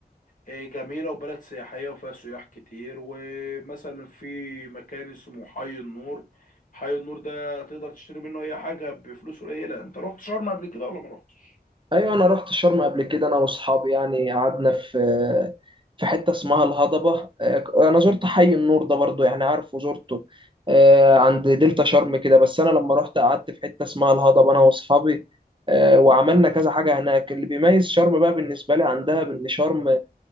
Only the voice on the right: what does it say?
ايوه انا رحت شرم قبل كده انا واصحابي يعني قعدنا في في حته اسمها الهضبه آه، انا زرت حي النور ده برضو يعني عارفه زرته آه، عند دلتا شرم كده بس انا لما رحت قعدت في حته اسمها الهضبه انا واصحابي آه، وعملنا كذا حاجه هناك اللي بيميز شرم بقى بالنسبه لي عندها بان شرم